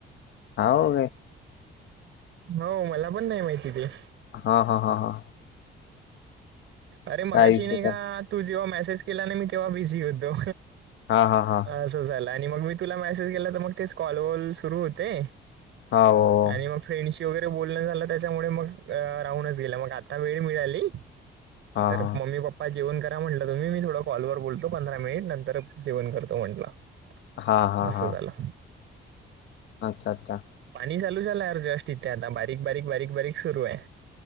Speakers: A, on the left (about 70°); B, on the right (about 75°).
A: हाव,
B: हो मला पण नाही. माहिती ते.
A: हा. हा. हा.
B: अरे मगाशी
A: काय विषय
B: नाही. का
A: काय
B: तू जेव्हा मेसेज केला. नाही. मी तेव्हा बिझी होतो.
A: हा. हा. हा.
B: असं झालं आणि मग मी तुला मेसेज केला मग तेचं कॉल वॉल सुरू होते.
A: हाव
B: आणि मग फ्रेंडशी वगैरे बोलणं झालं त्याच्यामुळे मंग राहूनचं गेलं मग आता वेळ मिळाली.
A: हा
B: तर.
A: हा
B: मम्मी पप्पा. जेवण करा म्हटलं तुम्ही मी थोडं कॉल वर बोलतो पंधरा मिनिट नंतर जेवण करतो. म्हंटल
A: हा हा
B: असं
A: हा
B: झाला.
A: अच्छा, अच्छा,
B: पाणी चालू झालं जस्ट इथं आता बारीक बारीक. बारीक. बारीक सुरू आहे.